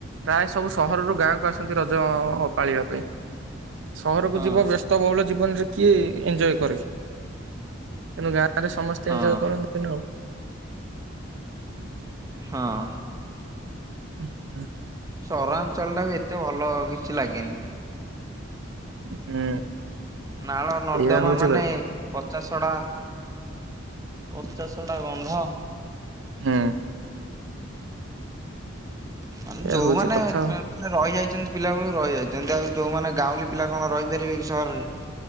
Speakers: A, on the right; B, on the right.
A: ପ୍ରାୟେ ସବୁ ସହରରୁ ଗାଁକୁ ଆସନ୍ତି ରଜ-ଅ-ପାଳିବା ପାଇଁ ସହରକୁ
B: ହଁ
A: ଯିବ ବ୍ୟସ୍ ସ୍ତ ବହୁଳ ଜୀବନରେ କିଏ ଏଞ୍ଜୟ କରେ ତେଣୁ ଗାଁରେ ସମସ୍ତେ
B: ହଁ
A: ଏଞ୍ଜୟ କରନ୍ ହୁଏ ନା ଆଉ।
B: ହଁ।
A: ଉଁ ହୁଁ।
B: ସହରାଞ୍ଚଳଟା ବି ଏତେ ଭଲ କିଛି ଲାଗେନି।
A: ହୁଁ।
B: ନାଳ ନର୍ଦ୍ଦମା
A: ଏଇଆ ହଉଛି
B: ମାନେ
A: ହୁଁ
B: ପଚାଶଡା ପଚାଶ୍ ଶଡା ଗନ୍ଧ।
A: ହୁଁ।
B: ମାନେ
A: ଏଇଆ
B: ଯୋଉମାନେ
A: ହଉଛି କଥା
B: ଚେ
A: ଆଉ
B: ନା ରଇଯାଇଚନ୍ତି ପିଲା ବେଳୁ ରଇଯାଇଚନ୍ତି, ଆଉ ଯୋଉମାନେ ଗାଉଁଲୀ ପିଲା କଣ ରଇପାରିବେ କି ସହରରେ।